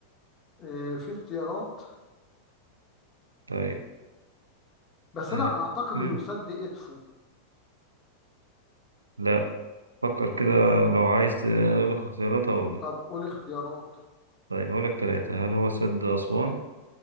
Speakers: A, on the left (about 25°); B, on the right (about 75°).
A: آه في اختيارات
B: طيب
A: بس
B: آه،
A: أنا أعتقد
B: مم.
A: إنه سد إدفو
B: لا فكر كده لو عايز ت- اقول لك اختيارات اقول لك
A: طب قول اختيارات
B: طيب هقول لك ثلاثه هل هو سد اسوان